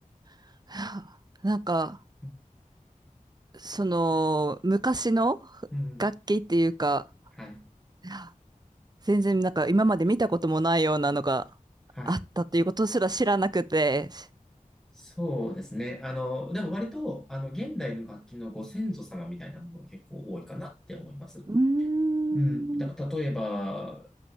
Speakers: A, on the right; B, in the centre.
A: <sighs> はあなんか、
B: うん、
A: その、昔の
B: うん
A: 楽器っていうか、
B: はい、
A: <sighs> いや全然なんか今まで見たこともないようなのがあったっていうことすら知らなくて。
B: はい。そうですね。あの、でも割と、あの、現代の楽器のご先祖様みたいなものが結構多いかなって思います。
A: うーん。
B: うん。だから例えば、